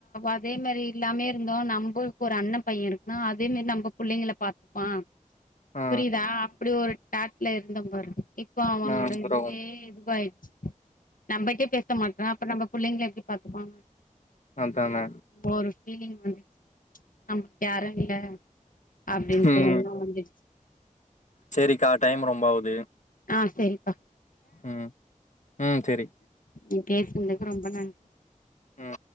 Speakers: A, on the left (about 85°); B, on the left (about 65°).
A: அதே மாரி இல்லாமே இருந்தோ நம்பளுக்கு ஒரு அண்ண பைய இருக்கா அதே மேரி நம்ப புள்ளைங்கள பாத்துப்பா
B: ஆ
A: புரியுதா அப்டி ஒரு டாட்ல இருந்தோ பார இப்ப அவனோட
B: ஆ ப்ரோ
A: இதுவே இதுவாயிடுச்சு நம்மிட்டே பேச மாட்ரா அப்புற நம்ப கூட புள்ளைங்கள எப்டி பாத்துப்பா
B: அத்தான
A: ஒரு பீலிங் வந்துச்சு நம்ளுக்கு யாரு இல்ல அப்டீன்ட்டு
B: ம்
A: எல்லா வந்துருச்சு
B: சேரிக்கா டைம் ரொம்ப ஆகுது
A: ஆ சேரிப்பா
B: ம் ம் சேரி
A: நீ பேசுனதுக்கு ரொம்ப நன்றி
B: ம்